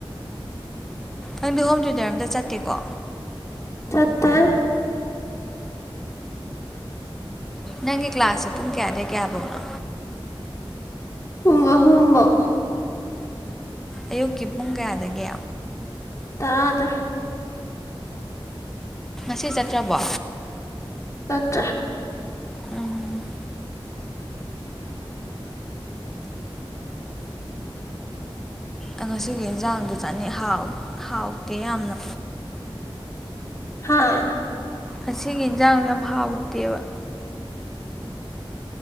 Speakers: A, in the centre; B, on the left (about 35°).
A: ꯅꯪꯗꯤ ꯍꯣꯝ ꯇ꯭ꯌꯨꯇꯔ ꯑꯝꯇ ꯆꯠꯇꯦꯀꯣ
B: ꯆꯠꯇꯦ
A: ꯅꯪꯒꯤ ꯀ꯭ꯂꯥꯁꯁꯦ ꯄꯨꯡ ꯀꯌꯥꯗꯩ ꯀꯌꯥ ꯕꯥꯎꯅꯣ
B: ꯄꯨꯡ ꯑꯍꯨꯝꯕꯣꯛ
A: ꯑꯌꯨꯛꯀꯤ ꯄꯨꯡ ꯀꯌꯥꯗꯒꯤ
B: ꯇꯥꯗ꯭ꯔ‌ꯣ
A: ꯉꯁꯤ ꯆꯠꯇ꯭ꯔꯕꯣ
B: ꯆꯠ
A: ꯎꯝ ꯑ ꯉꯁꯤꯒꯤ ꯌꯦꯟꯁꯥꯡꯗꯨ ꯆꯥꯅꯤꯡ ꯍꯥꯎ ꯍꯥꯎꯇꯦ ꯌꯥꯝꯅ
B: ꯍꯥꯥ
A: ꯉꯁꯤꯒꯤ ꯏꯟꯖꯥꯡꯗꯣ ꯌꯥꯝ ꯍꯥꯎꯇꯦꯕ꯫